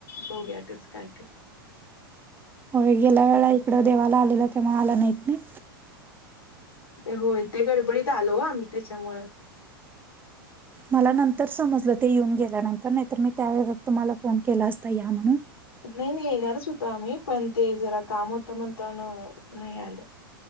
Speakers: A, on the left; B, on the right.
A: बघूया कसं काय काय.
B: हो गेल्या वेळा इकडं देवाला आलेला तेव्हा आला नाहीत नाही.
A: ते होय ते गडबडीत आलो आम्ही त्याच्यामुळ.
B: मला नंतर समजलं ते येऊन गेल्यानंतर नाहीतर मी त्यावेळेस तुम्हाला फोन केला असता या म्हणून.
A: नाही नाही येणारच होतो आम्ही पण ते जरा काम होतं म्हणताना नाही आलो.